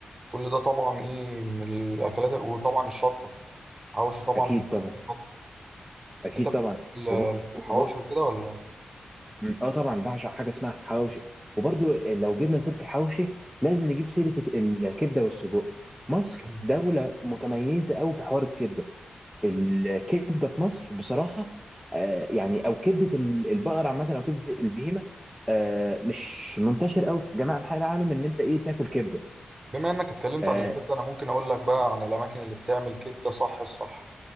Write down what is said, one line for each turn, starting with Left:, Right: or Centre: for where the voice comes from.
Right: كل ده طبعا ايه من الاكلات وطبعا الشطه حواوشي طبعا
Centre: اكيد
Right: بتمثل
Centre: طبعا
Right: شط
Centre: اكيد
Right: انت بتحب
Centre: طبعا
Right: ال-
Centre: وب... وب...
Right: الحواوشي وكده ولا
Centre: مم. اه طبعا بعشق حاجه اسمها حواوشي وبرضو لو جبنا سيره الحواوشي لازم نجيب سيره الك- الكبده والسجق مصر
Right: مم.
Centre: دوله متميزه قوي في حوار الكبده الكبده في مصر بصراحه آه يعني او كبده ال- البقر عامه او كبده البهيمه آه مش منتشر قوي في جميع انحاء العالم ان انت ايه تاكل كبده
Right: بما انك اتكلمت
Centre: آه
Right: عن الكبده انا ممكن اقول لك بقى عن الاماكن اللي بتعمل كبده صح الصح